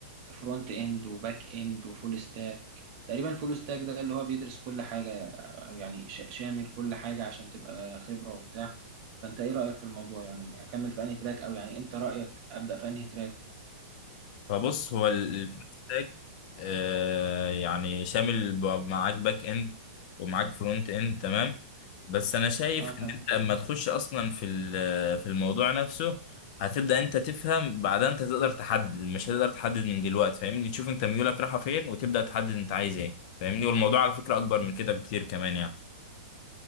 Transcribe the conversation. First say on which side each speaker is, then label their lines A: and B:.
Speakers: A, on the right; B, on the left.
A: فرونت اند وباك اند وفول ستاك تقريبا فول ستاك ده اللي هو بيدرس كل حاجة او يعني شا- شامل كل حاجة عشان تبقى خبرة وبتاع فانت ايه رأيك في الموضوع يعني اكمل في انهي تراك او يعني انت رأيك ابدأ في انهي تراك
B: فبص هو الفول ستاك آه يعني شامل ب- معاك باك اند ومعاك فرونت اند تمام بس انا شايف
A: اه
B: ان انت لما تخش اصلا في ال- في الموضوع نفسه هتبدأ انت تفهم بعدها انت تقدر تحدد مش هتقدر تحدد من دلوقتي فاهمني تشوف انت ميولك رايحة فين وتبدأ تحدد انت عايز ايه فاهمني والموضوع على فكرة اكبر من كده بكتير كمان يعني